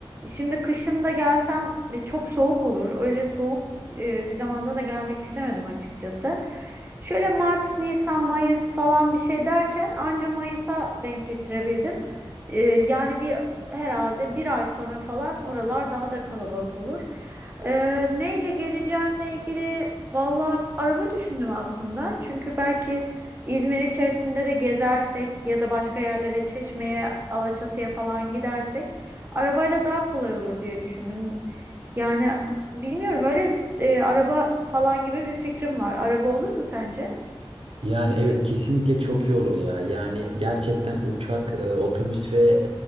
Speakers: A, on the right; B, on the right.
A: Şimdi kışın da gelsem e, çok soğuk olur. Öyle soğuk e, bir zamanda da gelmek istemedim açıkçası. Şöyle Mart, Nisan, Mayıs falan bir şey derken anca Mayıs'a denk getirebildim. E, yani bir herhalde bir ay sonra falan oralar daha da kalabalık olur. Ee, neyle geleceğimle ilgili valla araba düşündüm aslında. Çünkü belki İzmir içerisinde de gezersek ya da başka yerlere Çeşme'ye, Alaçatı'ya falan gidersek arabayla daha kolay olur diye düşündüm. Yani bilmiyorum öyle e, araba falan gibi bir fikrim var. Araba olur mu sence?
B: Yani evet kesinlikle çok iyi olur ya. Yani gerçekten uçak, e, otobüs ve